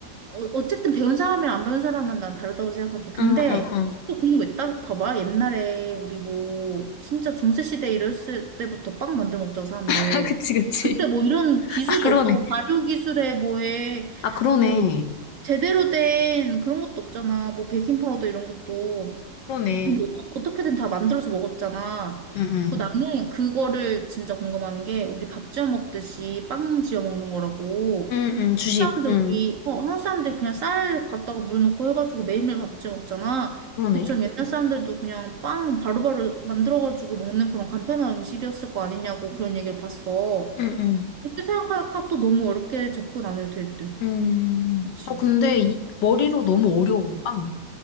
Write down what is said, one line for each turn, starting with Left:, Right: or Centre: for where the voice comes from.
Right: 어, 어쨌든 배운 사람이랑 안 배운 사람은 난 다르다고 생각하기에. 근데
Left: 응, 응, 응.
Right: 또 그런 거 있다? 봐봐. 옛날에 우리 뭐 진짜 중세시대 이랬을 때부터 빵 만들어 먹자, 사람들.
Left: <laughs> 아, 그치, 그치.
Right: 그때 뭐 이런 기술도
Left: 아, 그러네.
Right: 없고, 뭐 발효 기술에 뭐에,
Left: 아, 그러네.
Right: 뭐 제대로 된 그런 것도 없잖아. 뭐 베이킹 파우더 이런 것도.
Left: 그러네.
Right: 근데 어쩌- 어떻게든 다 만들어서 먹었잖아.
Left: 응,
Right: 그
Left: 응.
Right: 나는 그거를 진짜 궁금한 게 우리 밥 지어 먹듯이 빵 지어 먹는 거라고.
Left: 응, 응,
Right: 한국
Left: 주식.
Right: 사람들
Left: 응,
Right: 우리 어 한국 사람들 그냥 쌀 갖다가 물 넣고 해가지고 매일매일 밥 지어 먹잖아.
Left: 그러네.
Right: 그처럼 옛날 사람들도 그냥 빵 바로바로 만들어가지고 먹는 그런 간편한 음식이었을 거 아니냐고 그런 얘기를 봤어.
Left: 응, 응.
Right: 그렇게 생각하니까 또 너무 어렵게 접근 안 해도 될 듯.
Left: 음,
Right: 그렇지.
Left: 어, 근데 이, 머리로 너무 어려워, 빵.